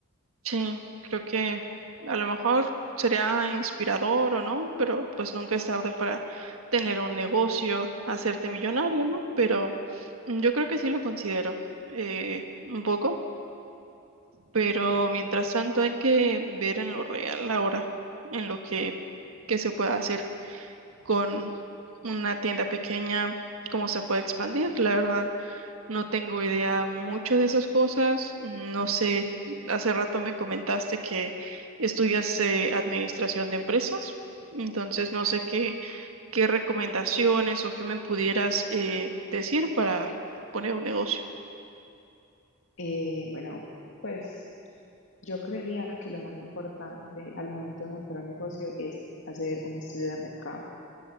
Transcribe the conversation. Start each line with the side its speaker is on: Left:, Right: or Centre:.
Right: sí, creo que a lo mejor sería inspirador o no, pero pues nunca es tarde para tener un negocio, hacerte millonario, ¿no? Pero mm, yo creo que sí lo considero eh, un poco, pero mientras tanto hay que ver en lo real ahora, en lo que, que se puede hacer. con una tienda pequeña, cómo se puede expandir. La verdad, no tengo idea mucho de esas cosas. No sé, hace rato me comentaste que estudias eh, administración de empresas, entonces no sé qué, qué recomendaciones o qué me pudieras eh, decir para poner un negocio.
Left: Eh, bueno, pues yo creería que lo más importante al momento de montar un negocio es hacer un estudio de mercado.